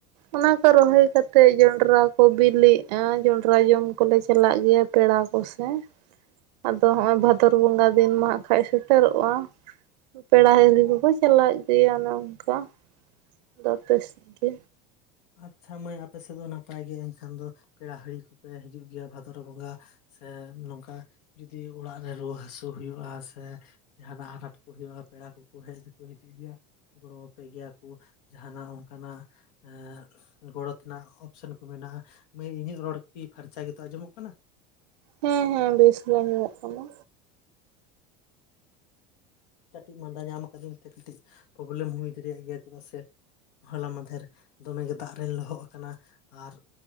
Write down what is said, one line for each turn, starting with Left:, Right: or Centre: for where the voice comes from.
Right: ᱚᱱᱟ ᱠᱚ ᱨᱚᱦᱚᱭ ᱠᱟᱛᱮ ᱡᱚᱱᱰᱨᱟ ᱠᱚ ᱵᱤᱞᱤᱜᱼᱟ ᱡᱚᱱᱰ ᱡᱚᱸᱰᱨᱟ ᱡᱚᱢ ᱠᱚᱞᱮ ᱪᱟᱞᱟᱜ ᱜᱮᱭᱟ᱾ ᱯᱮᱲᱟ ᱠᱚᱥᱮ ᱟᱫᱚ ᱦᱚᱜᱼᱚᱭ ᱵᱷᱟᱫᱚᱨ ᱵᱚᱸᱜᱟ ᱫᱤᱱ ᱢᱟ ᱦᱟᱜ ᱠᱷᱟᱸᱡ ᱥᱮᱴᱮᱨᱚᱜᱼᱟ ᱯᱮᱲᱟ ᱦᱤᱨᱤ ᱠᱚᱠᱚ ᱪᱟᱞᱟᱣ ᱤᱫᱭᱟ ᱚᱱᱮ ᱚᱝᱠᱟ ᱟᱫᱚ ᱟᱯᱮᱥᱮᱫ ᱜᱮ
Left: ᱟᱪᱪᱷᱟ ᱢᱟᱹᱭ ᱟᱯᱮ ᱥᱮᱫ ᱫᱚ ᱱᱟᱯᱟᱭ ᱜᱮ ᱮᱱᱠᱷᱟᱱ ᱫᱚ ᱯᱮᱲᱟ ᱦᱤᱨᱤ ᱠᱚᱯᱮ ᱦᱤᱡᱩᱜ ᱜᱮᱭᱟ ᱵᱷᱟᱫᱚᱨ ᱵᱚᱸᱜᱟ ᱥᱮ ᱱᱚᱝᱠᱟ ᱡᱩᱫᱤ ᱚᱲᱟᱜ ᱨᱮ ᱨᱩᱣᱟᱹ ᱦᱟᱹᱥᱩ ᱦᱩᱭᱩᱜᱼᱟ, ᱥᱮ ᱡᱟᱦᱟᱱᱟᱜ ᱟᱱᱟᱴ <unintelligible> ᱯᱮᱲᱟ ᱠᱚᱠᱚ ᱦᱮᱡ ᱦᱤᱡᱩᱜ ᱜᱮᱭᱟ, ᱜᱚᱲᱚ ᱟᱯᱮ ᱜᱮᱭᱟ ᱠᱚ ᱡᱟᱦᱟᱱᱟᱜ ᱚᱱᱠᱟᱱᱟᱜ ᱮ ᱜᱚᱲᱚ ᱨᱮᱱᱟᱜ ᱚᱯᱥᱮᱱ ᱠᱚ ᱢᱮᱱᱟᱜᱼᱟ, ᱢᱟᱹᱭ ᱤᱧᱟᱹᱜ ᱨᱚᱲ ᱠᱤ ᱯᱷᱟᱨᱪᱟ ᱜᱮᱛᱚ ᱟᱸᱡᱚᱢᱚᱜ ᱠᱟᱱᱟ᱾
Right: ᱦᱮᱸ ᱦᱮᱸ ᱵᱮᱥ ᱜᱮ ᱟᱸᱡᱚᱢᱚᱜ ᱠᱟᱱᱟ᱾
Left: ᱠᱟᱹᱴᱤᱡ ᱢᱟᱸᱫᱟ ᱧᱟᱢ ᱠᱟᱹᱫᱤᱧ ᱛᱮ ᱠᱟᱹᱴᱤᱡ ᱯᱨᱚᱵᱞᱮᱢ ᱦᱩᱭ ᱫᱟᱲᱮᱭᱟᱜ ᱜᱮᱭᱟ ᱪᱮᱫᱟᱜ ᱥᱮ ᱦᱚᱞᱟ ᱢᱟᱫᱷᱮᱨ ᱫᱚᱢᱮᱜᱮ ᱫᱟᱜ ᱨᱮ ᱞᱚᱦᱚᱫ ᱠᱟᱱᱟ᱾ ᱟᱨ